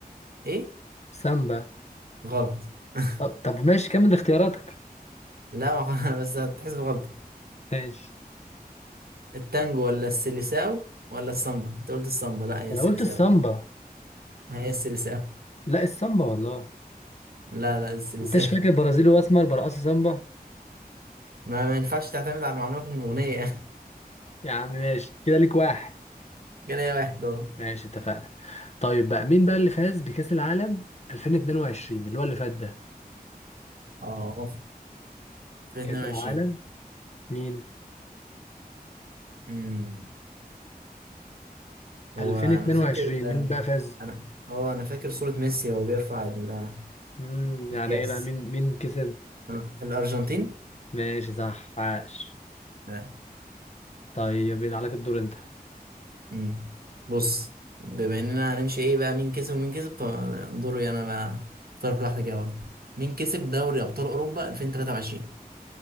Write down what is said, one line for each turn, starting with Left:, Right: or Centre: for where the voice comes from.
Right: إيه؟
Left: سامبا
Right: غلط <laughs>
Left: طب, طب ماشي كمل اختياراتك
Right: لا ما- <laughs> بس هتحسب غلطة
Left: ماشي
Right: التانجو ولا السيليساو ولا السامبا أنت قلت السامبا لا هي
Left: انا
Right: السيليساو
Left: قلت السامبا
Right: هي السيليساو
Left: لا السامبا والله
Right: لا لا السيليساو
Left: انتش
Right: <laughs>
Left: فاكر برازيلي واسمر برقصوا سامبا
Right: ما, ما ينفعش تعتمد على المعلومة من الأغنية
Left: يا عم ماشي كده ليك واحد
Right: جنيه واحد اه
Left: ماشي اتفقنا طيب بقى مين بقى اللي فاز بكأس العالم 2022 اللي هو اللي فات ده
Right: اه في 22
Left: كأس العالم مين
Right: امم هو
Left: 2022
Right: انا فاكر
Left: مين بقى فاز
Right: انا اه انا فاكر صورة ميسي وهو بيرفع ال-
Left: امم يعني
Right: الكاس
Left: ايه بقى مين مين كسب
Right: ال- الارجنتين
Left: ماشي صح عاش
Right: لا
Left: طيب يبقى عليك الدور انت
Right: امم بص بما اننا هنمشي ايه بقى مين كسب ومين كسب فدوري انا بقى اختار في واحدة كده برضه مين كسب دوري ابطال اوروبا 2023